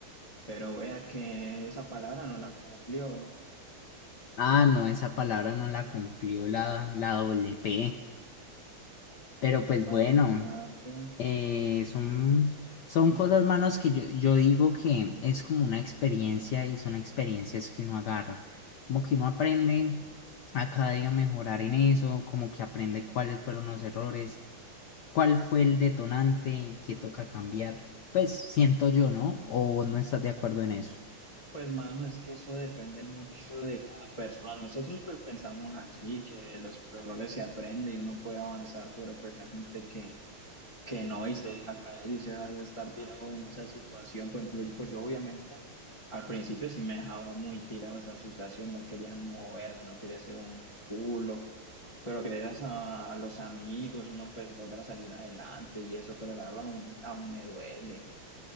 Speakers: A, on the left (about 40°); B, on the left (about 75°).
A: Pero vea que esa palabra no la cumplió.
B: Ah, no, esa palabra no la cumplió la, la doble P. Pero pues
A: Imagínate.
B: bueno, Eh, son, son
A: <laughs>
B: cosas, manos, que yo, yo digo que es como una experiencia y son experiencias que uno agarra. Como que uno aprende a cada día mejorar en eso, como que aprende cuáles fueron los errores, cuál fue el detonante que toca cambiar. Pues siento yo, ¿no? ¿O vos no estás de acuerdo en eso?
A: Pues mano, es que eso depende mucho de cada persona. Nosotros pues pensamos así, que de los errores se aprende y uno puede avanzar, pero pues hay gente que que no y se deja caer y se hace estar tirado en esa situación. Por ejemplo, pues yo obviamente al principio sí me dejaba muy tirado esa situación, no quería moverme, no quería hacer un culo, pero gracias a, a los amigos uno pues logra salir adelante y eso, pero la verdad aún, aún me duele.